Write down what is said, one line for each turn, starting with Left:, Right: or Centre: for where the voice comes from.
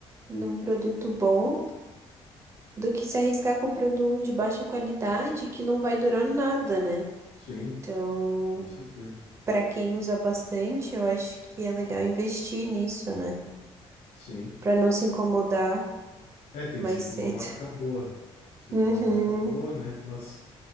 Right: Num produto bom, do que se arriscar comprando um de baixa qualidade que não vai durar nada, né?
Left: Sim,
Right: Então.
Left: com certeza.
Right: Para quem usa bastante, eu acho que é legal investir nisso, né?
Left: Sim.
Right: Para não se incomodar
Left: É, tem
Right: mais
Left: sido
Right: cedo.
Left: uma marca
Right: <laughs>
Left: boa. Sido
Right: Uhum,
Left: uma marca boa, né? Mas